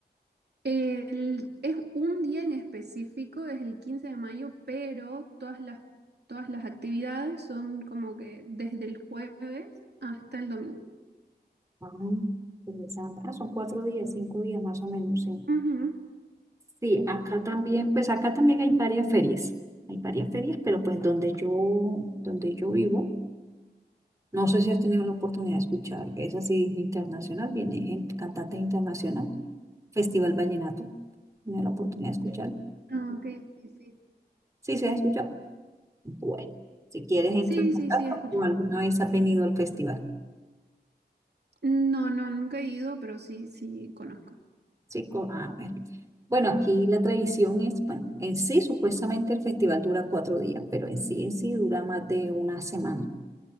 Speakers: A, on the right; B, on the right.
A: El- es un día en específico, es el 15 de mayo, pero todas las, todas las actividades son como que desde el jueves hasta el domingo.
B: Ah, interesante. Ah, son cuatro días, cinco días más o menos, sí.
A: Ujú.
B: Sí, acá también, pues acá también hay varias ferias. Hay varias ferias, pero pues donde yo, donde yo vivo, no sé si has tenido la oportunidad de escuchar, que es así internacional, viene gente, cantantes internacional, Festival Vallenato. Tenido la oportunidad de escuchar.
A: Ah, ok, sí, sí.
B: Sí, se ha escuchado. Bueno, si quieres entro
A: Sí,
B: en contacto
A: sí, sí, he escuchado.
B: o alguna vez has venido al festival.
A: No, no, nunca he ido, pero sí, sí, conozco.
B: Sí, co- ah, bueno. Bueno, aquí la tradición es, bueno, en sí supuestamente el festival dura cuatro días, pero en sí, en sí dura más de una semana,